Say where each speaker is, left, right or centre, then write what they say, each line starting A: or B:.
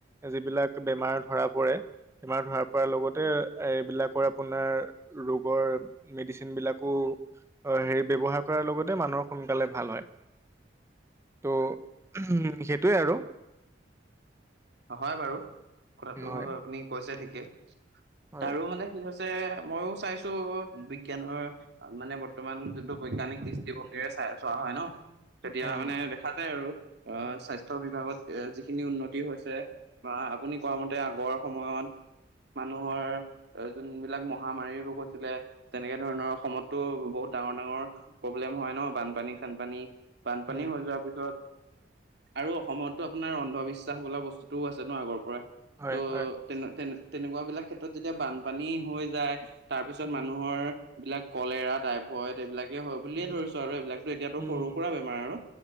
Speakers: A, on the right; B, on the right.
A: যিবিলাক বেমাৰ ধৰা পৰে বেমাৰ ধৰা পৰাৰ লগতে। এইবিলাকৰ আপোনাৰ ৰোগৰ মেডিচিন বিলাকো। হয় ব্যৱহাৰ কৰাৰ লগত মানুহৰ সোনকালে ভাল হয়। ত' উম সেইটোৱে আৰু।
B: হয় বাৰু কথাটো
A: হয়
B: আপুনি কৈছে ঠিকে।
A: হয়
B: তাৰো মানে কি হৈছে মইও চাইছোঁ বিজ্ঞানৰ। মানে বৰ্তমান যোনটো বৈজ্ঞানিক দৃষ্টিভংগীৰে চায় চোৱা হয় নহ। তেতিয়া
A: উম
B: মানে দেখা যায় আৰু অ স্বাস্থ্য বিভাগত এ যিখিনি উন্নতি হৈছ বা আপুনি কোৱা মতে আগৰ সময়ত মানুহৰ। যোনবিলাক মহামাৰীৰ ৰোগ আছিলে তেনেকে ধৰণৰ অসমতো বহুত ডাঙৰ, ডাঙৰ। প্ৰব্লেম হয় নহ বানপানী চানপানী। বানপানী
A: উম
B: হৈ যোৱাৰ পিছত আৰু অসমতো আপোনাৰ অন্ধবিশ্বাস বোলা বস্তু <unintelligible> আছে নহ আগৰ পৰা।
A: হয়, হয়।
B: তেন, তেনে-তেনেকুৱা বিলাক ক্ষেত্ৰত যেতিয়া বানপানী হৈ যায় তাৰ পিছত
A: উম
B: মানুহৰ। এইবিলাক কলেৰা টাইপফয়ড এইবিলাক এতিয়া সৰু বুলিয়ে
A: উম
B: ধৰিছো আৰু এইবিলাকটো এতিয়া
A: উম
B: সৰু সুৰা বেমাৰ আৰু